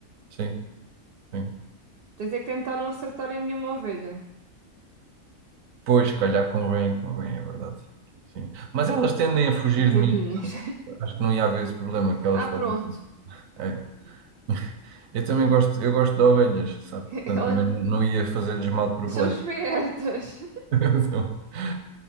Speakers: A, on the right (about 80°); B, on the right (about 55°).
A: Sim, sim.
B: Tens é que tentar não acertar em nenhuma ovelha,
A: Pois, se calhar convém, convém, é verdade. Sim. Mas elas tendem a fugir
B: coitadinhas.
A: de mim. portanto, Acho que não ia haver esse problema que elas
B: Ah,
A: fogem.
B: pronto.
A: assim. É. <laughs> Eu também gosto, eu gosto de ovelhas, sabe?
B: <laughs>
A: Portanto,
B: Elas
A: também não, não ia fazer-lhes mal de propósito.
B: são espertas.
A: <laughs>